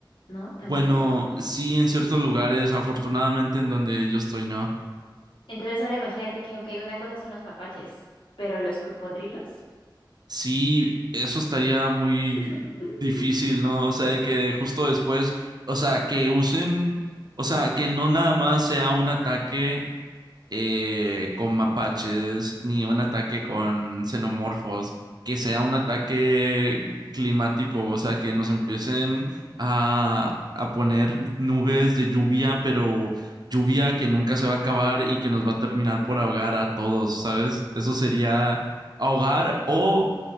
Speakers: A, on the left; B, on the right.
A: ¿no? También.
B: Bueno, sí, en ciertos lugares, afortunadamente en donde yo estoy, ¿no?
A: Entonces ahora imagínate que, ok, una cosa son los mapaches, pero los cocodrilos.
B: Sí, eso estaría muy
A: <laughs>
B: difícil, ¿no? O sea, de que justo después, o sea, que usen, o sea, que no nada más sea un ataque eh, con mapaches, ni un ataque con xenomorfos, que sea un ataque climático, o sea, que nos empiecen a, a poner nubes de lluvia, pero lluvia que nunca se va a acabar y que nos va a terminar por ahogar a todos, ¿sabes? Eso sería ahogar o...